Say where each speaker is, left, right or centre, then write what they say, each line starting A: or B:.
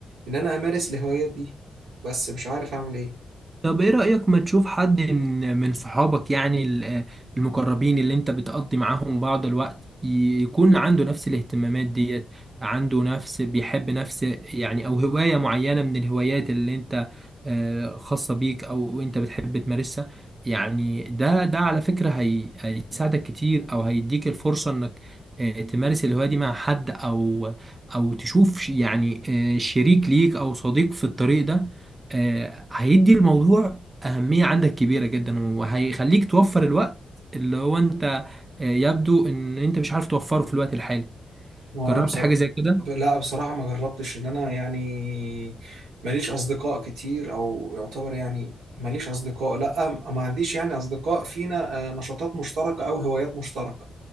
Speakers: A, on the right (about 85°); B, on the right (about 30°).
A: ان انا امارس الهوايات دي بس مش عارف اعمل ايه
B: طب ايه رأيك ما تشوف حد من من صحابك يعني ال- المقربين اللي انت بتقضي معاهم بعض الوقت ي- يكون عنده نفس الاهتمامات ديت عنده نفس بيحب نفس يعني او هواية معينة من الهوايات اللي انت آه، خاصة بيك او انت بتحب تمارسها يعني ده ده على فكرة هي هيساعدك كتير او هيديك الفرصة انك آه، تمارس الهواية دي مع حد او او تشوف ش- يعني آه، شريك ليك او صديق في الطريق ده آه، هيدي الموضوع أهمية عندك كبيرة جدا وهيخليك توفر الوقت اللي هو أنت آه، يبدو إن أنت مش عارف توفره في الوقت الحالي
A: ما هو
B: جربت
A: انا بصراحة
B: حاجة زي كده؟
A: ب- لا بصراحة ما جربتش ان انا يعني ماليش اصدقاء كتير او يعتبر يعني ماليش اصدقاء لا ما عنديش يعني اصدقاء فينا آه، نشاطات مشتركة او هوايات مشتركة